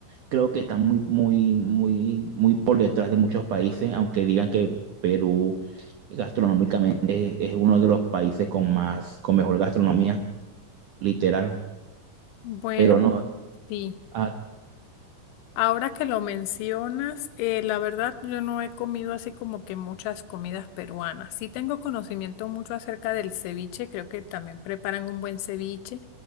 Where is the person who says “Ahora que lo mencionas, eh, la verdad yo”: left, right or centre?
Left